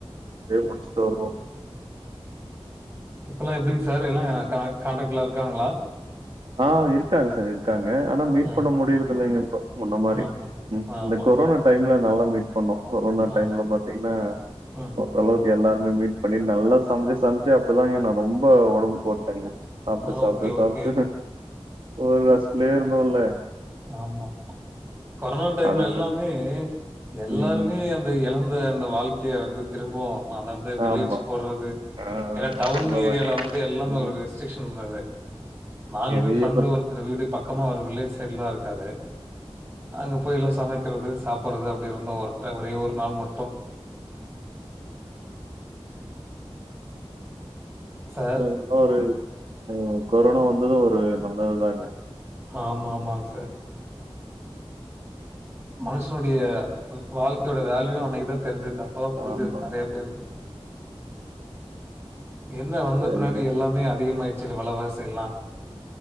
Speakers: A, on the right (about 60°); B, on the right (about 25°).
A: லீவ் முடிச்ட்டு வருவோ
B: இப்பெல்லா எப்டிங்க சார் எல்லா காண் காண்டேக்ட்ல இருக்காங்ளா
A: ஆ இரு இருக்காங்க சார் இருக்காங்க ஆனா மீட்
B: ஆ.
A: பண்ண முடியறத இல்லைங்க இப்ப முன்ன மாரி
B: ஆஹ. ஆமாமா.
A: இந்த கொரோனா டைம்ல நல்லா மீட் பண்ணோ கொரோனா
B: ஆ.
A: டைம்ல பாத்தீங்கன்னா
B: ம்.
A: ஓரலவுக் எல்லாருமே மீட் பண்ணிட்டு நல்லா சமைச்சு சமைச்சு அப்பதாங்க நா ரொம்ப ஒடம்பு போட்டேங்க சாப்ட்டு சாப்ட்டு
B: ஓகே,
A: சாப்ட்டு
B: ஓகே.
A: ஒரு ரெஸ்லேயே இருந்தோல்ல
B: ஆமா கொரோனா டைம்ல
A: அதுக்கு
B: எல்லாமே எல்லாருமே
A: ம்.
B: வந்து எழந்த அந்த வாழ்க்கைய வந்து திரும்பவு அந்த வந்து வில்லேஜ்
A: ஆமா.
B: போடுறது
A: ஆ
B: ஏன்னா டவுன்
A: உண்மதாங்க.
B: ஏரியால வந்து எல்லாமே
A: ம்.
B: ஒரு ரெஸ்டிரிக்சன் இருந்தது நாங்களுமே
A: எதைய
B: ஃபிரண்ட்டு
A: பத்தி
B: ஒருத்தர் வீடு பக்கமா ஒரு வில்லேஜ் சைட்ல தா இருக்காரு அங்க போய் எல்லா சமைக்கிறது சாப்புறது அப்டி இருந்தோ ஒருட் ஒரே ஒரு நாள் மட்டு சார்
A: இன்னொரு ஒரு கொரோனா வந்தது ஒரு நல்லதுதாங்க
B: ஆமா ஆமாங் சார் மனுஷனுடைய வாழ்க்கையோட வேல்யு அன்னைக்குதா தெரிஞ்சது அப்பதா புரிஞ்சிருக்கு
A: ஆமா.
B: நெறைய பேருக்கு என்ன வந்த
A: சரிங்க.
B: பின்னாடி எல்லாமே அதிகமாயிடுச்சு வெல வாசி எல்லா